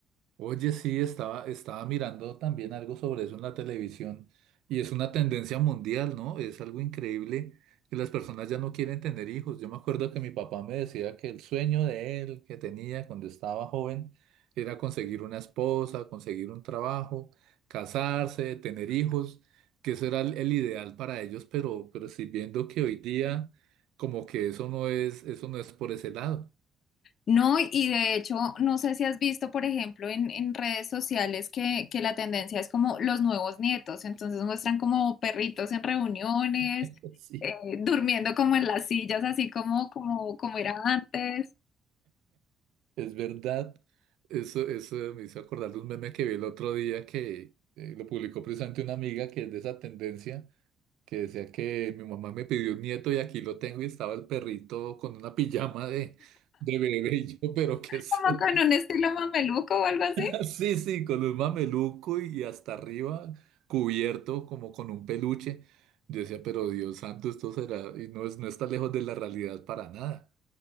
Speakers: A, on the right; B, on the left.
A: Oye, sí, estaba, estaba mirando también algo sobre eso en la televisión y es una tendencia mundial, ¿no? Es algo increíble que las personas ya no quieren tener hijos. Yo me acuerdo que mi papá me decía que el sueño de él que tenía cuando estaba joven era conseguir una esposa, conseguir un trabajo, casarse, tener hijos, que eso era el, el ideal para ellos, pero, pero sí viendo que hoy día como que eso no es, eso no es por ese lado.
B: No, y de hecho, no sé si has visto, por ejemplo, en, en redes sociales que, que la tendencia es como los nuevos nietos, entonces muestran como perritos en reuniones,
A: <laughs> Sí.
B: eh, durmiendo como en las sillas, así como, como, como era antes,
A: Es verdad, eso, eso me hizo acordar de un meme que vi el otro día que eh, lo publicó precisamente una amiga que es de esa tendencia, que decía que mi mamá me pidió un nieto y aquí lo tengo y estaba el perrito con una pijama de, de bebé y yo, <laughs> pero qué sé.
B: como con un estilo mameluco o algo así.
A: <laughs> Sí, sí, con un mameluco y hasta arriba cubierto como con un peluche. Yo decía, pero Dios santo, esto será, y no es, no está lejos de la realidad para nada.